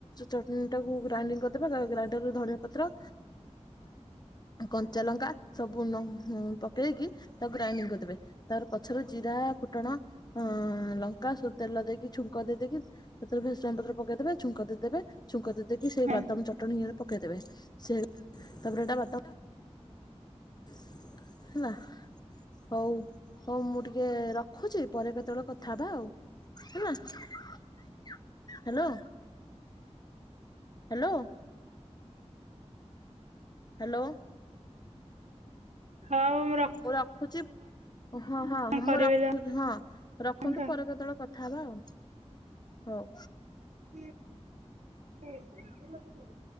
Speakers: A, on the left (about 35°); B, on the right (about 85°).
A: ଚଟଣି ଟାକୁ ଗ୍ରାଇଡିଙ୍ଗ କରିଦେବେ, ଗ୍ରାଇଣ୍ଡରରେ ଧନଆ ପତ୍ର କଞ୍ଚା ଲଙ୍କା, ସବୁ ପକେଇକି ତାକୁ ଗ୍ରାଇଣ୍ଡିଙ୍ଗ କରିଦେବେ। ତାର ପଛରେ ଜିରା ଫୁଟଣ ଅ ଲଙ୍କା ସବୁ ତେଲ ଦେଇକି ଛୁଙ୍କ ଦେଇ ଦେଇକି ସେଥିରେ ଭ୍ରୁସଙ୍ଗ ପତ୍ର ପକେଇଦେବେ। ଛୁଙ୍କ ଦେଇଦେବେ ଛୁଙ୍କ ଦେଇଦେଇକି ସେଇ
B: ହଁ
A: ବାଦାମ ଚଟଣୀ ଇଏରେ ପକେଇଦେବେ, ସେ ତାପରେ ସେଟା ବାଦାମ
B: ଆ <unintelligible>
A: ହେଲା? ହଉ ହଉ ମୁଁ ଟିକେ ରଖୁଛି ପରେ କେତେବେଳେ କଥା ହବା ଆଉ। ହେଲା ହ୍ୟାଲୋ। ହ୍ୟାଲୋ? ହ୍ୟାଲୋ?
B: ହଉଁ ମୁଁ ରଖ୍
A: ମୁଁ ରଖୁଛି, ହଁ ହଁ
B: କଣ
A: ମୁଁ
B: କରିବେ
A: ରଖୁ ହଁ,
B: ଯାଆନ୍ତୁ
A: ରଖନ୍ତୁ
B: ଆଉ।
A: ପରେ କେତେବେଳେ କଥା ହବା ଆଉ, ହଉ।
B: <unintelligible>